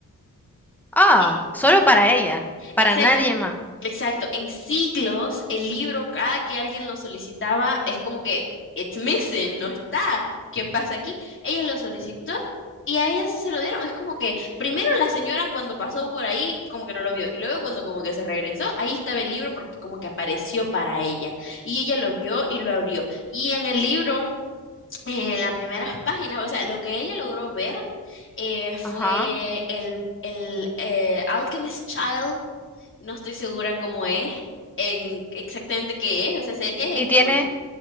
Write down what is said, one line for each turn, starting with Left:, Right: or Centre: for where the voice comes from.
Centre: Ah,
Left: E-
Centre: solo para ella,
Left: Exacto,
Centre: para nadie
Left: Ah,
Centre: más.
Left: exacto. En siglos, el libro, cada que alguien lo solicitaba, es como que, it's missing, no está. ¿Qué pasa aquí? Ella lo solicitó y a ella sí se lo dieron. Es como que, primero la señora cuando pasó por ahí, como que no lo vio. Y luego cuando como que se regresó, ahí estaba el libro porque como que apareció para ella. Y ella lo vio y lo abrió. Y en el libro... en las primeras <laughs> páginas, o sea, lo que ella logró ver eh, fue
Centre: Ajá.
Left: el, el eh, Alchemist Child, no estoy segura cómo es, en exactamente qué es, o sea, sé que es
Centre: ¿Y
Left: el,
Centre: tiene
Left: como